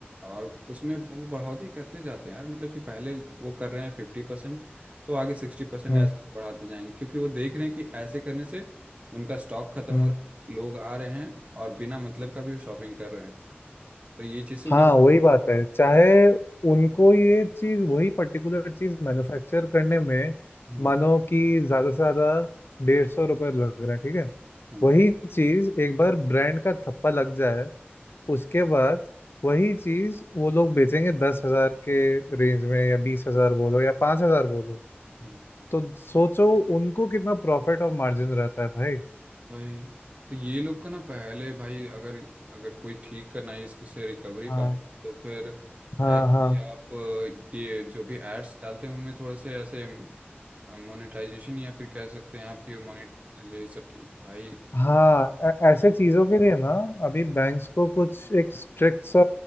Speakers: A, on the right; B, on the left.
A: और उसमें वो बढ़ोतरी करते जाते हैं यार मतलब कि पहले वो कर रहे हैं फिफ्टी परसेंट तो आगे सिक्सटी परसेंट
B: हम्म
A: ऐसे ऐसे बढ़ाते जाएंगे क्योंकि वो देख रहे हैं कि ऐसे करने से उनका स्टॉक खत्म
B: हम्म
A: हो रहा है लोग आ रहे हैं और बिना मतलब का भी शॉपिंग कर रहे हैं तो ये चीज़ से उन्हीं
B: हाँ
A: का
B: वही बात है चाहे उनको ये चीज वही पर्टिकुलर चीज मैन्युफैक्चर करने में
A: हम्म
B: मानो कि ज्यादा से ज्यादा डेढ़ सौ रुपये लग रहा है ठीक है
A: हम्म
B: वही चीज एक बार ब्रांड का थप्पा लग जाए उसके बाद वही चीज वो लोग बेचेंगे दस हजार के रेंज में या बीस हजार बोलो या पांच हजार बोलो
A: हम्म
B: तो सोचो उनको कितना प्रॉफिट और मार्जिन रहता है भाई
A: भाई तो ये लोग का ना पहले भाई अगर अगर कोई ठीक करना है इसको से रिकवरी
B: हाँ
A: पाए तो फिर
B: हाँ
A: है कि
B: हाँ
A: आप अ, ये जो भी एड्स डालते हैं उनमें थोड़ा से ऐसे मोनेटाइजेशन या फिर कह सकते हैं आपकी मोनेट ये सब की भाई
B: हाँ ऐ- ऐसे चीज़ों के लिए ना अभी बैंक्स को कुछ एक स्ट्रिक्ट सा